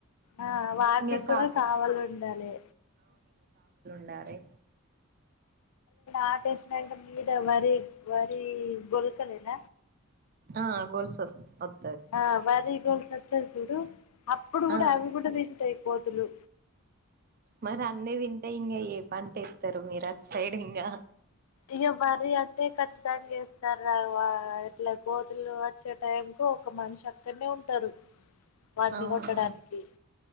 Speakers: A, on the left (about 85°); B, on the right (about 40°).
A: ఆ వాటికి
B: ఇంగ కాప్
A: కూడా కావాలి ఉండాలి
B: అరే
A: ఆ టేష మీద వరి వరి గోల్సులేన
B: ఆ గోల్సులే
A: ఆ వరిగొలుసు అత్యది చూడు అప్పుడు కూడా
B: ఆ
A: అవి కూడా తింటాయి అయ్యి కోతులు
B: మరి అన్నీ తింటే ఇంకా ఏ పంట ఏస్తారు మీరు అటు సైడ్ ఇంకా
A: ఇక వర్రీ అంటే ఖచ్చితంగా చేస్తారు రా ఇట్లా కోతులు వచ్చే టైం కు ఒక మనిషి అక్కడనే ఉంటారు వాటిని
B: అవును
A: కొట్టడానికి